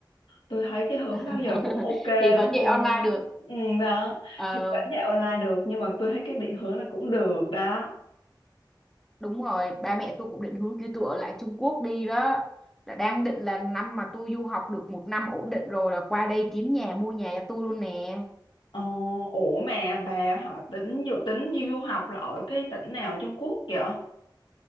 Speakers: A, on the left; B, in the centre.
A: tôi thấy cái hướng
B: <laughs>
A: đó giờ cũng ok
B: thì
A: lắm
B: vẫn dạy
A: luôn
B: online
A: á.
B: được
A: ừ, đó
B: ờ
A: thì vẫn dạy online được nhưng mà tôi thấy cái định hướng là cũng được đó
B: đúng rồi ba mẹ tôi cũng định hướng kêu tôi ở lại Trung Quốc đi đó đã đang định là năm mà tôi du học được một năm ổn định rồi là qua đây kiếm nhà mua nhà cho tôi luôn nè
A: ờ, ủa mà bà họ tính dự tính đi du học là ở cái tỉnh nào ở Trung Quốc vậy